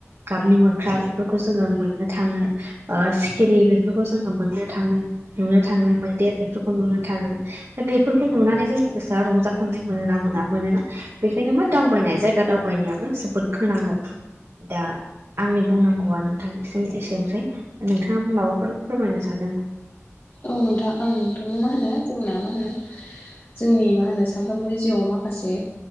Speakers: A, on the right; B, on the left.
A: गाबनि मोख्रा बेफोरखौ जोंङो मोननो थांङो सिखिरि बेफोरखौ जोंङो मोननो थांङो नुनो थांङो मैदेर बेफोरखौ नुनो थांङो दा बेफोरखौ नुनानै जोंनि गोसोआ रंजा खांनाय मोनोना मोना मोनोना बेखायनो मा दावबायनाय जायगा दावबायनायाबो जोबोद गोनां आरो दा आंनि बुंनांगौआ नोंथांसिम एसेनोसै नोंथांङा माबाफोर फोरमायनो सानदों
B: औ नोंथां औ नोंथां मा होनो जोंना मा होनो जोंनि मा होनो सानफ्रोमबोनि जिउआव माखासे